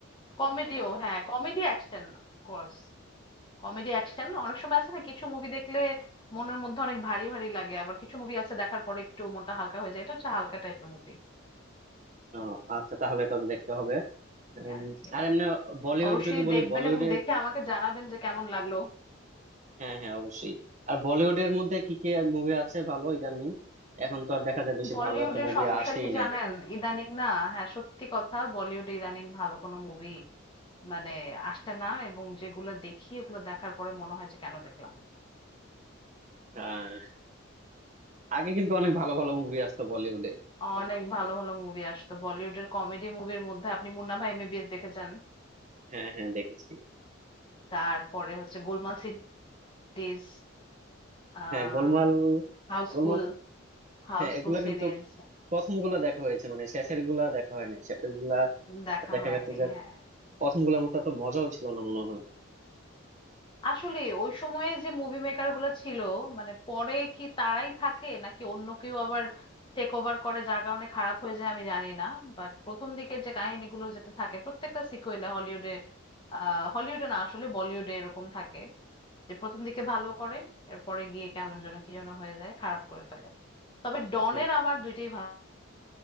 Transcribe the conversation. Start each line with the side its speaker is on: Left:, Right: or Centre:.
Left: কমেডিও হ্যাঁ comedy action of course Comedy action অনেক সময় আছে না কিছু মুভি দেখলে মনের মধ্যে অনেক ভারী ভারী লাগে আবার কিছু মুভি আছে দেখার পরে একটু মনটা হালকা হয়ে যায় এটা হচ্ছে হালকা টাইপের মুভি
Right: ও, আচ্ছা তাহলে তবে দেখতে হবে উম,
Left: আর কি
Right: আর এমনি বলিউড
Left: অবশ্যই
Right: যদি বলি
Left: দেখবেন
Right: বলিউডে
Left: এবং দেখে আমাকে জানাবেন যে কেমন লাগলো
Right: হ্যাঁ হ্যাঁ অবশ্যই আর বলিউডের মধ্যে কি কি মুভি আছে ভালো ইদানিং এখন তো আর দেখা যায় বেশি
Left: বলিউডের
Right: ভালো একটা মুভি
Left: সমস্যা
Right: আসেই
Left: কি
Right: না
Left: জানেন ইদানিং না হ্যাঁ সত্যি কথা বলিউডে ইদানিং ভালো কোনো মুভি মানে আসছে না এবং যেগুলো দেখি ওগুলো দেখার পরে মনে হয় যে কেন দেখলাম
Right: আহ, আগে কিন্তু অনেক ভালো ভালো মুভি আসতো বলিউডে
Left: অনেক ভালো ভালো মুভি আসতো বলিউডের কমেডি মুভির মধ্যে আপনি মুন্না ভাই এমবিবিএস দেখে যান
Right: হ্যাঁ হ্যাঁ দেখেছি
Left: তারপরে হচ্ছে Golmaal series ah
Right: হ্যাঁ গোলমাল
Left: Housefull
Right: গোলমাল
Left: Housefull
Right: হ্যাঁ এগুলা
Left: series
Right: কিন্তু প্রথম গুলা দেখা হয়েছে মানে শেষের গুলা দেখা হয়নি শেষের গুলা
Left: দেখা
Right: দেখা
Left: হয়নি
Right: গেছে যে
Left: হ্যাঁ
Right: প্রথম গুলার মতো এত মজাও ছিল না মনে হয়
Left: আসলে ওই সময়ে যে মুভি মেকার গুলো ছিল মানে পরে কি তারাই থাকে নাকি অন্য কেউ আবার টেক ওভার করে যার কারণে খারাপ হয়ে যায় আমি জানি না বাট প্রথম দিকের যে কাহিনীগুলো যেটা থাকে প্রত্যেকটা সিকুয়েলে হলিউডে আহ হলিউডে না আসলে বলিউডে এরকম থাকে যে প্রথম দিকে ভালো করে এরপরে গিয়ে কেমন যেন কি যেন হয়ে যায় খারাপ করে ফেলে তবে ডনের
Right: হ্যাঁ
Left: আমার দুইটাই ভালো